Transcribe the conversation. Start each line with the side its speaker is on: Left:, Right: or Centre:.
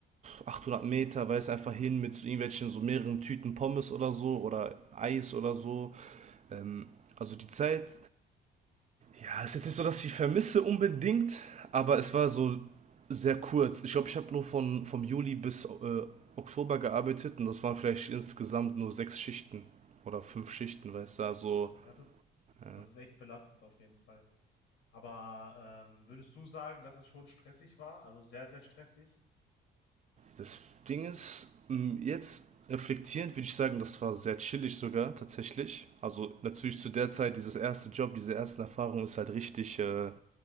Right: 800 Meter, weiß einfach hin mit so irgendwelchen so mehreren Tüten Pommes oder so oder Eis oder so. Ähm, also die Zeit, ja, ist jetzt nicht so, dass ich vermisse unbedingt, aber es war so sehr kurz. Ich glaube, ich habe nur von vom Juli bis äh, Oktober gearbeitet und das waren vielleicht insgesamt nur sechs Schichten oder fünf Schichten, weißt du, also
Left: Ja, Das ist,
Right: äh,
Left: das ist echt belastend auf jeden Fall. Aber ähm, würdest du sagen, dass es schon stressig war? Also sehr, sehr stressig?
Right: Das Ding ist, jetzt reflektierend würde ich sagen, das war sehr chillig sogar tatsächlich. Also natürlich zu der Zeit, dieses erste Job, diese ersten Erfahrungen ist halt richtig, äh, du